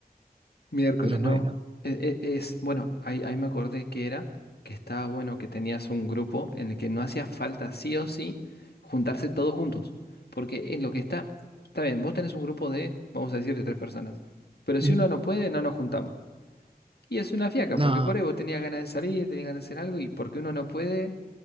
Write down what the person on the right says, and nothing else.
Pero bueno,
mm,
no,